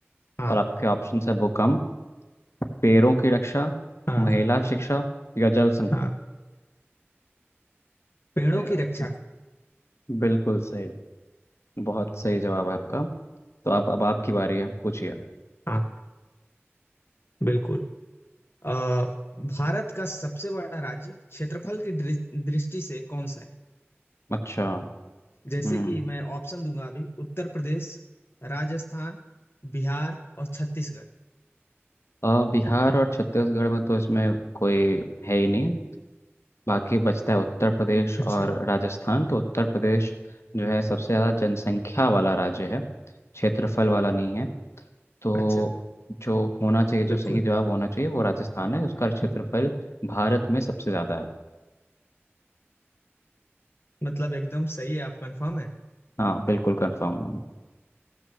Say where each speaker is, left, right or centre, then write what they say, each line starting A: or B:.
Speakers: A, on the left (about 55°); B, on the left (about 75°).
A: हाँ
B: और आपके ऑप्शन है भूकंप पेड़ों की रक्षा
A: हाँ
B: महिला शिक्षा या जल
A: हाँ पेड़ों
B: संरक्षण
A: की रक्षा
B: बिल्कुल सही बहुत सही जवाब है आपका तो आप अब आपकी बारी है पूछिए
A: हाँ बिल्कुल अ, भारत का सबसे बड़ा राज्य क्षेत्रफल की दृ- दृष्टि से कौन सा है
B: अच्छा
A: जैसे
B: हम्म
A: कि मैं ऑप्शन दूंगा अभी उत्तर प्रदेश राजस्थान बिहार और छत्तीसगढ़
B: अ, बिहार और छत्तीसगढ़ में तो इसमें कोई है ही नहीं बाकी बचता है उत्तर प्रदेश
A: अच्छा
B: और राजस्थान तो उत्तर प्रदेश जो है सबसे ज़्यादा जनसंख्या वाला राज्य है क्षेत्रफल वाला नहीं है तो
A: अच्छा
B: जो होना चाहिए जो
A: बिल्कुल
B: सही जवाब होना चाहिए वो राजस्थान है उसका क्षेत्रफल भारत में सबसे ज़्यादा है
A: मतलब एकदम सही है आप कंफर्म है
B: हाँ बिल्कुल कंफर्म हूँ